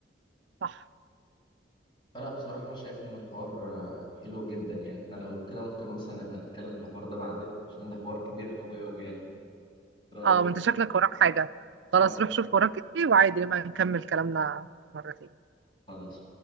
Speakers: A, on the right; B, on the left.
A: صح
B: فلا بصراحه انا شايف ان الحوار آه، حلو جدا يعني احنا لو كده ممكن مثلا نبقى نتكلم في الحوار ده بعدين عشان ده حوار كبير قوي قوي يعني إيه رايك
A: اه ما انت شكلك وراك حاجة خلاص
B: اه
A: روح شوف وراك ايه وعادي نبقى نكمل كلامنا مرة تاني
B: خلاص